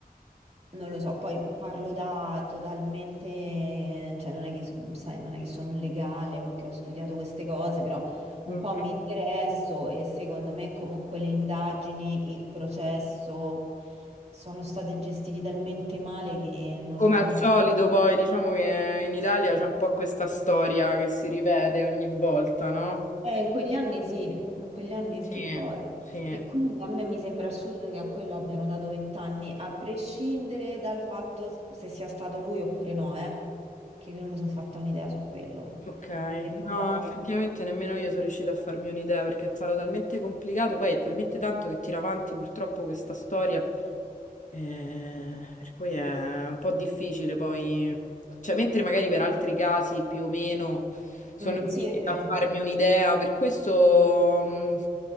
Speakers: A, on the right (about 40°); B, on the left (about 50°).
A: Non lo so, poi parlo da totalmente, cioè non è che, sai, non è che sono un legale o che ho studiato queste cose, però un
B: Mhm.
A: po' mi interesso e secondo me comunque le indagini, il processo sono stati gestiti talmente male che non
B: Come
A: lo so.
B: al solito,
A: quant-
B: poi diciamo che in Italia c'è un po' questa storia che si ripete ogni volta, no?
A: Eh, in quegli anni sì, in quegli anni
B: Sì.
A: sì, poi.
B: Sì.
A: Che quindi a me mi sembra assurdo che a quello abbiano dato vent'anni, a prescindere dal fatto se sia stato lui oppure no, eh, che non mi sono fatta un'idea su quello.
B: Ok.
A: È nuovo.
B: No, effettivamente nemmeno io sono riuscita a farmi un'idea perché è stato talmente complicato, poi è talmente tanto che tira avanti purtroppo questa storia Eh, per cui è un po' difficile poi, cioè, mentre magari per altri casi più o meno sono
A: Mm,
B: riuscita
A: sì, è vero.
B: a farmi un'idea, per questo, mh,